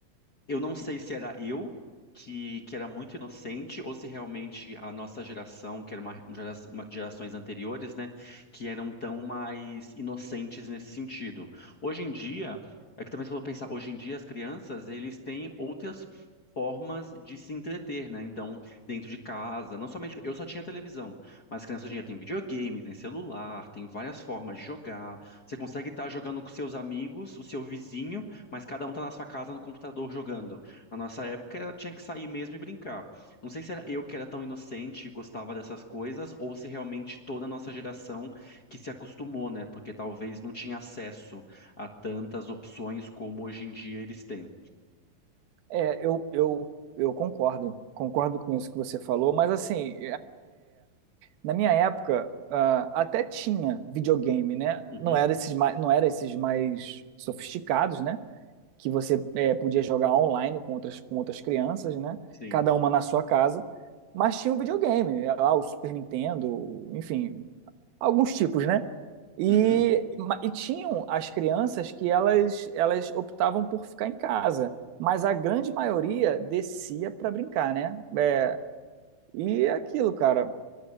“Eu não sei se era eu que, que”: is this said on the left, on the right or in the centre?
Left